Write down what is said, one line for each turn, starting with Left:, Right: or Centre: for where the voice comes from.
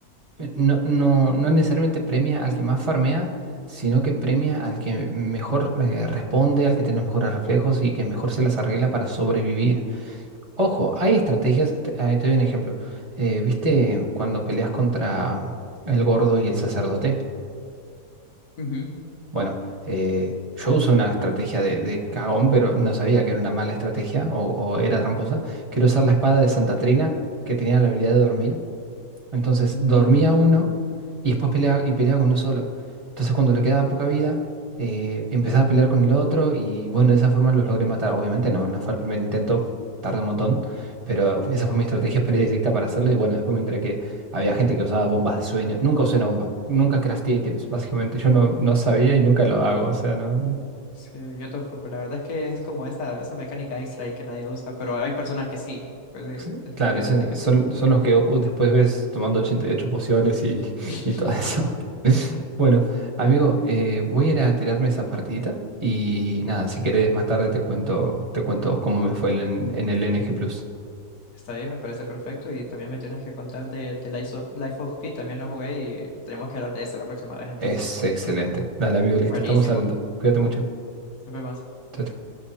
Right: eh, no, no, no necesariamente premia al que más farmea, sino que premia al que mejor eh, responde, al que tiene los mejores reflejos y que mejor se las arregla para sobrevivir. Ojo, hay estrategias, te, eh, te doy un ejemplo. Eh, ¿viste cuando peleas contra el gordo y el sacerdote?
Left: Ujú.
Right: Bueno, eh, yo usé una estrategia de, de cagón, pero no sabía que era una mala estrategia o, o era tramposa.
Left: Ujú.
Right: Quiero usar la espada de Santa Trina, que tenía la habilidad de dormir. Entonces
Left: Ujú.
Right: dormía uno y después peleaba, y peleaba con uno solo. Entonces cuando le quedaba poca vida, eh, empezaba a pelear con el otro y bueno, de esa forma los logré matar. Obviamente no, no fue el primer intento, tardé un montón, pero esa fue mi estrategia <laughs> predilecta para hacerlo y bueno, después me enteré que había gente que usaba bombas de sueño. Nunca usé una bomba, nunca crafté ítems, básicamente. Yo no, no sabía y nunca lo hago, o sea, no...
Left: Sí, yo tampoco. La verdad es que es como esa, esa mecánica extra ahí que nadie usa, pero hay personas que sí. Pues
Right: sí,
Left: sí, definitivamente
Right: Claro, y son,
Left: que
Right: son,
Left: sí.
Right: son los que uh, después ves tomando 88 pociones y,
Left: <laughs>
Right: y todo eso.
Left: Sí,
Right: Bueno, amigo, eh, voy a ir a tirarme esa partidita y nada, si querés más tarde te cuento, te cuento cómo me fue en, en el N G Plus.
Left: está bien, me parece perfecto. Y también me tienes que contar de, de life of- Life of, Pi, también lo jugué y tenemos que hablar de eso la próxima vez entonces.
Right: Es excelente. Dale, amigo, listo,
Left: Buenísimo.
Right: estamos hablando. Cuídate mucho.
Left: Nos vemos.
Right: Chao, chao.